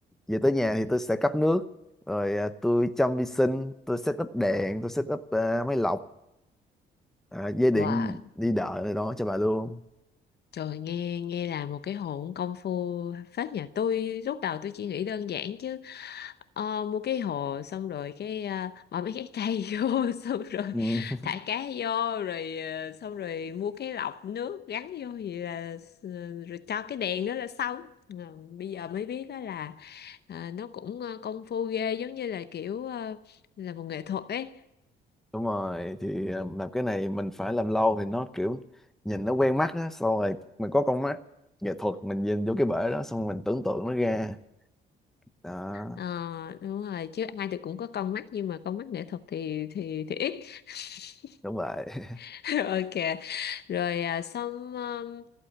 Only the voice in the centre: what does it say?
về tới nhà thì tôi sẽ cấp nước rồi à, tôi chăm vi sinh tôi set up đèn tôi set up à, máy lọc à, dây điện
đi đợi này đó cho bà luôn
ừ.
<laughs> đúng rồi thì à, làm cái này mình phải làm lâu thì nó kiểu nhìn nó quen mắt á xong rồi mình có con mắt nghệ thuật mình nhìn vô cái bể đó xong rồi mình tưởng tượng nó ra đó
đúng vậy